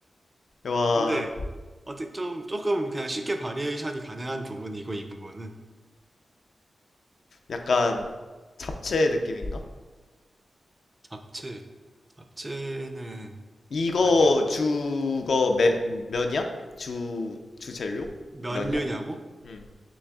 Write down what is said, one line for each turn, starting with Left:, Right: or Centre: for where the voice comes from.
Left: 와
Right: 근데 어떻게 좀 조금 그냥 쉽게 바리에이션이 가능한 부분이고 이 부분은
Left: 약간 잡채 느낌인가?
Right: 잡채. 잡채는
Left: 이거
Right: 아니야.
Left: 주거 매, 면이야? 주 주재료?
Right: 면류냐고?
Left: 면이야? 응